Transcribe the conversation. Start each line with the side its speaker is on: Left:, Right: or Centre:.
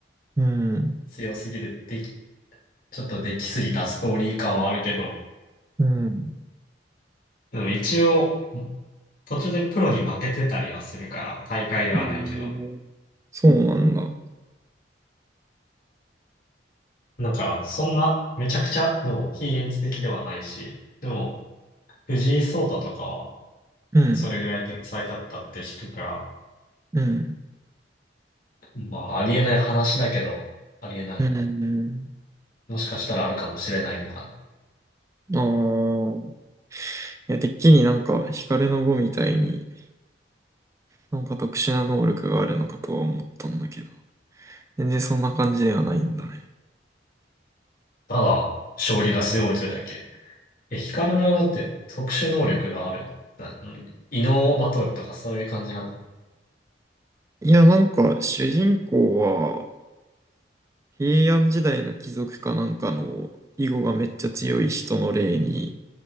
Right: うん、
Left: 強すぎる、でき、ちょっとできすぎたストーリー感はあるけど、
Right: うん。
Left: でも一応、途中でプロに負けてたりはするから、大会ではないけど。
Right: おーそうなんだ。
Left: だから、そんな、めちゃくちゃ、でも、非現実的ではないし、でも、藤井聡太とかは、
Right: うん、
Left: それぐらい天才だったって聞くから、
Right: うん、
Left: まあ、ありえない話だけど、ありえない。
Right: うん。
Left: もしかしたらあるかもしれないのか。
Right: ああ。いや、てっきりなんか、ヒカルの碁みたいに、なんか特殊な能力があるのかとは思ったんだけど、全然そんな感じではないんだね。
Left: ただ、将棋が強いというだけ。え、光のようって特殊能力がある。な、ん異能バトルとかそういう感じなの
Right: いや、なんか、主人公は、平安時代の貴族かなんかの、囲碁がめっちゃ強い人の霊に、